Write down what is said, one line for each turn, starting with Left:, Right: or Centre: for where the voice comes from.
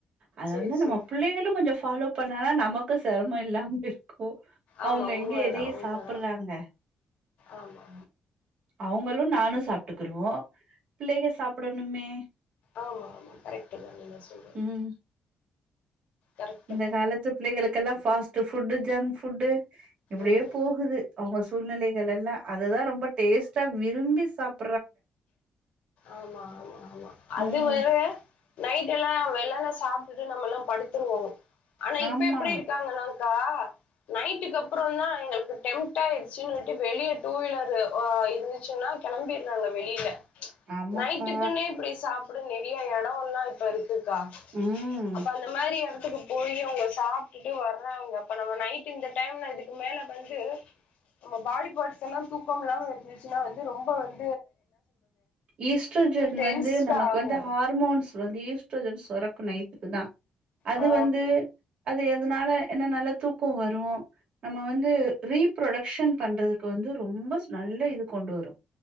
Right: அத
Left: சேரி
Right: வந்து நம்ம
Left: சேரி
Right: புள்ளைங்களு கொஞ்சோ ஃபாலோ பண்ணாதா நமக் கு செரமமு இல்லாம இருக்கு
Left: ஆமா
Right: அவுங்க
Left: உண்மதா
Right: எங்க எதையு
Left: உண்மதா
Right: சாப்பிற்றாங்க
Left: ஆமா
Right: அவுங்களு நானு சாப்ட்டுக்கிருவோ பிள்ளைக சாப்பிடணுமே
Left: ஆமா ஆமா கரெக்டுதா நீங்க சொல்றது
Right: ம்
Left: கரெக்ட்டு
Right: இந்த
Left: தா
Right: காலத்து புள்ளைகளுக்கெல்லா ஃபாஸ்ட்டு ஃபுட்டு ஜங்க் ஃபுட்டு இப்படியே
Left: ம் ம்
Right: போகுது அவுங்க சூழ்நிலைகள் எல்லா அதுதா ரொம்ப டேஸ்டா விரும்பி சாப்
Left: ஆமா ஆமா ஆமா அது
Right: ம்
Left: வேற நைட் எல்லா வெள்ளன சாப்டுட்டு நம்மெல்லா படுத்துருவோ ஆனா இப்ப
Right: ஆமா
Left: எப்பிடி இருக்காங்கானா கா நைட்டுக்கு அப்புறோந்தா எங்களுக்கு டெம்ட் ஆயிடுச்சினிட்டே வெளிய டூவீலர் ஓ இரு ந்திச்சுனா கெளம்பிர்றாங்க வெளியில
Right: ஆமாப்பா
Left: நைட்டுக்குன்னே இப்படி சாப் பிட நெறிய எடோ எல்லா இப்ப இருக்குக்கா
Right: ம்
Left: அப்ப அந்த மாரி எடத்துக்கு போயி அவுங்க சாப்ட்டுட்டு வறாங்க அப்ப நம்ம நைட் இந்த டைம்ல இதுக்கு மேல வந்து நம்ம பாடி பாட்ஸ் எல்லா தூக்கம் இல்லாம இருந்துச்சுன்னா வந்து ரொம்ப வந்
Right: ஈஸ்ட்ரோஜென்
Left: டென்ஸ்டு
Right: வந்து நமக்கு
Left: ஆகு
Right: வந்து ஹா ர்மோன்ஸ் வந்து ஈஸ்ட்ரோஜன் சொரக்கு நைட்டுக்குதா அது
Left: ஆ
Right: வந்து அது எதுனால ஏனா நல்லா தூக்கோ வரு நம்ம வந்து ரீ புரொடக்ஷன் பண்றதுக்கு வந்து ரொம்ப ச நல்ல இது கொண்டு வரு